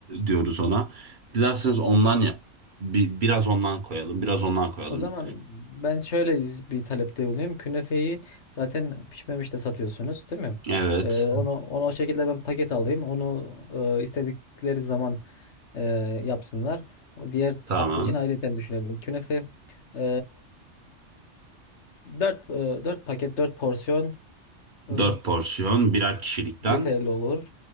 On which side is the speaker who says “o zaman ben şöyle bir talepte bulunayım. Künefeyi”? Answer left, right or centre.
Left